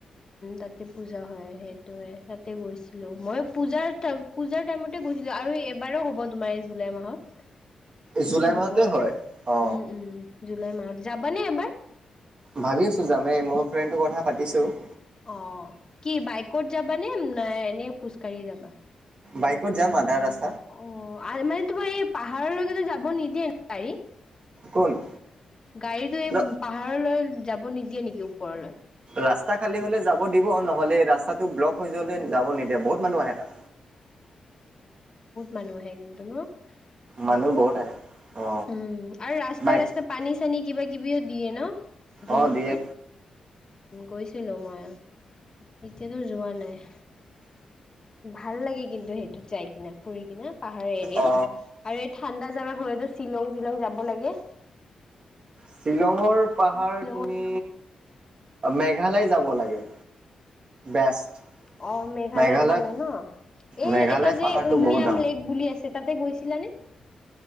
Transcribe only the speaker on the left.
তাতে পূজা হয় সেইটোৱে তাতে গৈছিলো মই পূজাৰ পূজাৰ টাইমতে গৈছিলো। আৰু এইবাৰো হ'ব তোমাৰ এই জুলাই মাহত এতিয়া
হ'বই
উম উম জুলাই মাহত যাবানে এবাৰ?
অ কি বাইকত যাবা নে নাই এনেই খোজকাঢ়ি যাবা?
অ আৰু মানে তোমাৰ এই পাহাৰলৈকে যাব নিদিয়ে ন গাড়ী?
গাড়ীতটো এই
পাহাৰলৈ যাব নিদিয়ে নেকি ওপৰলৈ?
মানুহে কিন্তু ন। সেইটো
উম আৰু ৰাস্তা
ৰাস্তা পানী চানী কিবা কিব- কিবিও দিয়ে ন জুচ
চুচ- গৈছিলোঁ মই এতিয়াতো যোৱা নাই- ভাল লাগে কিন্তু সেইটোত যাই কিনা ফুৰি কিনা পাহাৰৰ এৰিয়াত
আৰু এই ঠাণ্ডা জাবা- হ'লে তো শ্বিলং টিলং যাব লাগে-
শ্বিলঙত
অ মেঘালয়ৰ
ফালে ন এই
এটা যে
উমিয়াম
লেক বুলি আছে তাতে গৈছিলোঁ - ানে <unintelligible>